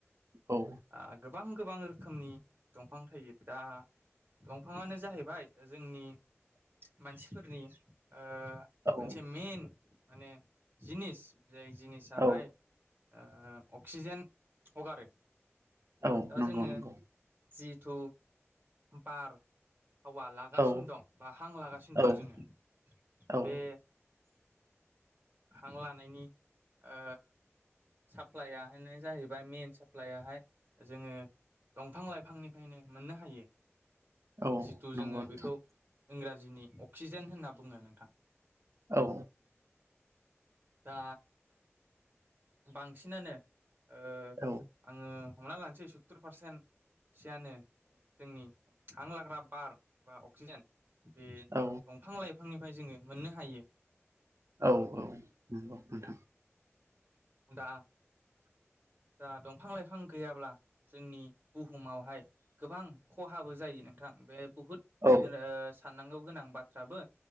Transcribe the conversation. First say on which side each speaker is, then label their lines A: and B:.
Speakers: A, on the right; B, on the right.
A: औ
B: आ गोब गोबां गोबां रोखोमनि दंफां थायो दा दंफाङानो जाहैबाय जोंनि मानसिफोरनि अ
A: औ
B: मोनसे मइेन माने जिनिस जाय जिनिसाहाय
A: औ
B: ओ अक्सिजेन हगारो
A: औ
B: दा
A: नंगौ
B: जोङो
A: नंगौ
B: जिथु बार हावा लागासिनो
A: औ
B: दं बा हां लागासिनो दं
A: औ
B: जोङो
A: औ
B: बे
A: <unintelligible>
B: हां लानायनि अ साप्लाइआाहनो जाहैबाय मइेन साप्लइयाहाय जोङो दंफां लाइफांनिफ्रायनो मोननो हायो
A: औ
B: जिथु
A: नंगौ
B: जोङो
A: नोंथां
B: बेखौ इंराजिनि अक्सिजेन जेन होनना बुङो नोंथां
A: औ
B: दा बांसिनानो ओ
A: औ
B: आङो हमना लानोसै सु्तुर पारसेन्ट सियानो जोंनि हां लाग्रा बार बा अक्सिजेन बे दंफां
A: औ
B: लाइ बिफांनिफ्राय जोङो मोननो हायो
A: औ औ नंगौ नोंथां
B: दा
A: <unintelligible>
B: दा दंफां लाइफां गैयाब्ला जोंनि बुहुमावहाय गोबां खहाबो जायो नों थां बे बुहुद
A: औ
B: गो अ साननांगौ गोनां बाथ्राबो